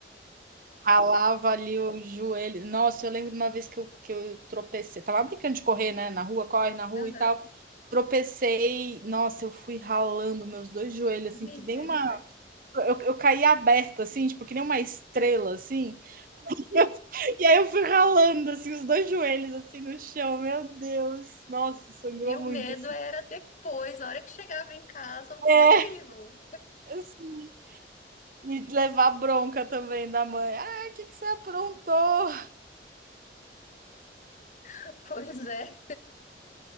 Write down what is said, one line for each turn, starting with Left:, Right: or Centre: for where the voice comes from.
Right: Ralava ali o joelho. Nossa, eu lembro uma vez que eu, que eu tropecei. Tava brincando de correr, né? Na rua, corre na rua
Left: Aham.
Right: e tal. Tropecei. Nossa, eu fui ralando meus dois joelhos,
Left: Misericórdia.
Right: assim, que nem uma. Eu, eu caí aberta, assim, tipo, que nem uma estrela, assim. <laughs> E, eu- e aí eu fui ralando, assim, os dois joelhos, assim, no chão. Meu Deus. Nossa, sangrou
Left: E o
Right: muito.
Left: medo
Right: Assim.
Left: era depois, a hora que chegava em casa, o curativo.
Right: É, assim. E levar bronca também da mãe. "Ah, o que que você aprontou?"
Left: <laughs> Pois é.